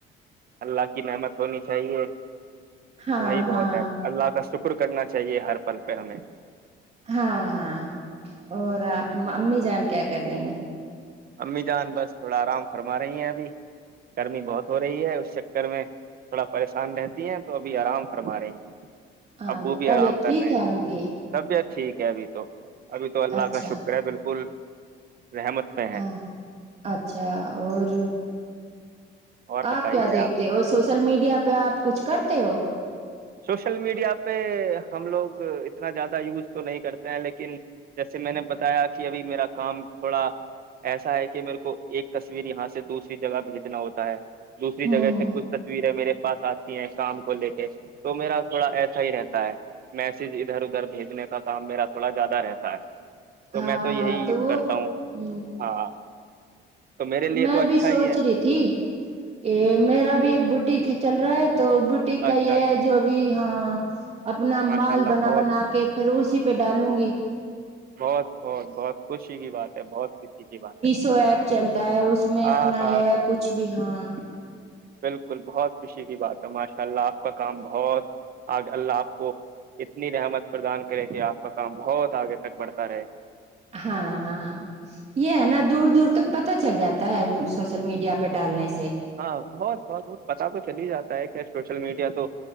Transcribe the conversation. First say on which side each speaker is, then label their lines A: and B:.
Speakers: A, on the right; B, on the right.
A: اللہ کی نعمت ہونی چاہیے
B: ہاں
A: وہی
B: ہاں
A: بہت ہے اللہ کا شکر شکر کرنا چاہیے ہر پل پہ ہمیں
B: ہاں ہاں
A: ہاں
B: اور امی جان کیا کر رہی ہیں
A: امی جان بس تھوڑا آرام فرما رہی ہیں ابھی گرمی بہت ہو رہی ہے اس چکر میں تھوڑا پریشان رہتی ہیں تو ابھی آرام فرما رہی ہیں
B: ہاں
A: ابو
B: ج
A: بھی
B: تب
A: آرام
B: یہ ٹھیک
A: کر رہے ہیں
B: ہے ان کی
A: طبیعت ٹھیک ہے ابھی تو ابھی تو اللہ
B: اچھا
A: کا شکر ہے بالکل رحمت میں ہے
B: ہاں اچھا اور
A: اور بتائیے
B: آپ کیا دیکھتے ہو سوشل میڈیا پہ آپ کچھ کرتے ہو
A: سوشل میڈیا پہ ہم لوگ اتنا زیادہ یوز تو نہیں کرتے ہیں لیکن جیسے میں نے بتایا کہ ابھی میرا کام تھوڑا ایسا ہے کہ میرے کو ایک تصویر یہاں سے دوسری جگہ بھیجنا ہوتا ہے دوسری
B: ہوں
A: جگہ
B: ہوں
A: سے کچھ تصویر ہے میرے پاس آتی ہیں کام کو لے کے تو میرا تھوڑا ایسا ہی رہتا ہے میسج ادھر ادھر بھیجنے کا کام میرا تھوڑا زیادہ رہتا ہے تو
B: ہاں
A: میں یہی
B: ہاں تو وہ
A: کرتا ہوں
B: ہ
A: ہاں تو میرے لیے
B: میں
A: تو اچھا
B: بھی سوچ
A: ہی ہے
B: رہی تھی کہ میرا بھی ایک بٹی چل رہا ہے تو بوٹیک کا
A: اچھا
B: یہ
A: اچھا
B: جو بھی ہاں اپنا
A: ماشاء
B: مال
A: اللہ
B: بنا
A: بہت
B: بنا کے پھر اسی پہ ڈالوں گی
A: بہت بہت بہت خوشی کی بات ہے بہت خوشی کی بات ہے
B: سو ایپ چلتا ہے اس میں
A: ہاں
B: اپنا
A: ہاں
B: یہ
A: ہاں
B: کچھ بھی ہاں
A: بالکل بہت خوشی بات ہے ماشاء اللہ آپ کا کام بہت اللہ آپ کو اتنی رحمت پردان کرے کہ آپ کا کام بہت آگے تک بڑھتا رہے
B: ہاں ہاں یہ ہے نا دور دور تک پتا چل جاتا ہے سوشل میڈیا پہ ڈالنے سے
A: ہاں بہت بہت بہت پتا تو چل ہی جاتا ہے کیسے سوشل میڈیا تو